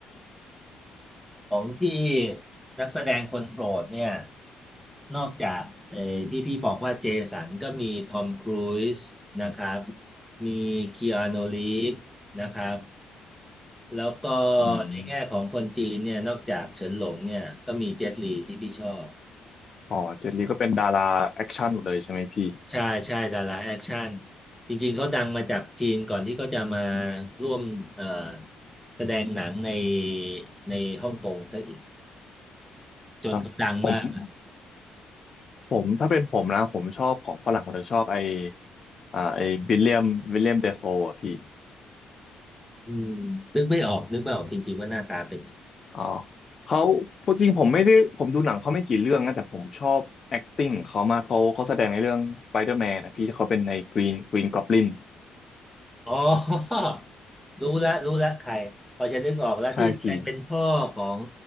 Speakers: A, in the centre; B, on the left.
A: ของพี่นักแสดงคนโปรดเนี่ยนอกจากเอ่อที่พี่บอกว่าเจสันก็มีทอมครูซนะครับมีคีอานูรีฟนะครับแล้วก็
B: อืม
A: ในแง่ของคนจีนเนี่ยนอกจากเฉินหลงเนี่ยก็มีเจ็ตลีที่พี่ชอบ
B: อ๋อเจนลีก็เป็นดาราแอคชั่นหมดเลยใช่ไหมพี่
A: ใช่ใช่ดาราแอคชั่นจริงๆเขาดังมาจากจีนก่อนที่เขาจะมาร่วมเอ่อแสดงหนังในในฮ่องกงซะอีกจนเขาดังมาก
B: ครับผม ผมถ้าเป็นผมนะผมชอบของฝรั่งผมจะชอบไออ่าไอวิลเลียมวิลเลียมเดฟโฟอ่ะพี่
A: อืมนึกไม่ออกนึกไม่ออกจริงๆว่าหน้าตาเป็นยังไง
B: อ๋อเขาพูดจริงผมไม่ได้ผมดูหนังเขาไม่กี่เรื่องนะแต่ผมชอบ acting ของเขามากเขาเขาแสดงในเรื่อง Spider-Man นะพี่ที่เขาเป็นใน Green Green Goblin
A: อ๋อ <laughs> รู้ละรู้ละใครพอจะนึกออกแล้วที่แสดงเป็นพ่อของ
B: ใช่พี่